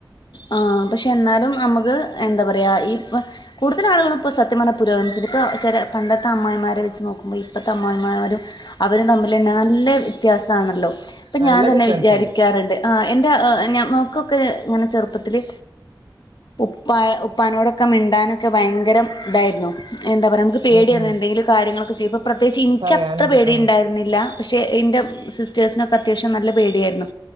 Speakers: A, on the left (about 60°); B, on the right (about 75°).
A: ആഹ് പക്ഷെ എന്നാലും നമുക്ക് എന്താ പറയുക ഇപ്പോം കൂടുതൽ ആളുകളും ഇപ്പോൾ സത്യം പറഞ്ഞാല് പുരോഗമിച്ചിട്ടുണ്ട് ഇപ്പോൾ ചില പണ്ടത്തെ അമ്മായിയമ്മമാരെ വെച്ച് നോക്കുമ്പോൾ ഇപ്പോഴത്തെ അമ്മായിയമ്മമാരും അവരും തമ്മിൽ നല്ല വ്യത്യാസമാണല്ലോ അപ്പൊ
B: നല്ല
A: ഞാൻ തന്നെ
B: ഡിഫറൻസ്
A: വിചാരിക്കാറുണ്ട്
B: ഉണ്ട്
A: ആ എൻ്റെ ആഹ് പിന്നെ നമൾക്കൊക്കെ ഇങ്ങനെ ചെറുപ്പത്തില് ഉപ്പാ ഉപ്പാനോടൊക്കെ മിണ്ടാനൊക്കെ ഭയങ്കരം ഇതായിരുന്നു എന്താ പറ്യ നമുക്ക് പേടിയേര്ന്നു
B: ഉം ഉം
A: എന്തെങ്കിലും കാര്യങ്ങളൊക്കെ <unintelligible> പ്രത്യേകിച്ച് ഇൻക്കത്ര
B: പറയാനും
A: പേടി
B: ആഹ്
A: ഉണ്ടായിരുന്നില്ല പക്ഷേ ഇൻ്റെ സിസ്റ്റേഴ്സിനൊക്കെ അത്യാവശം നല്ല പേടിയായിരുന്നു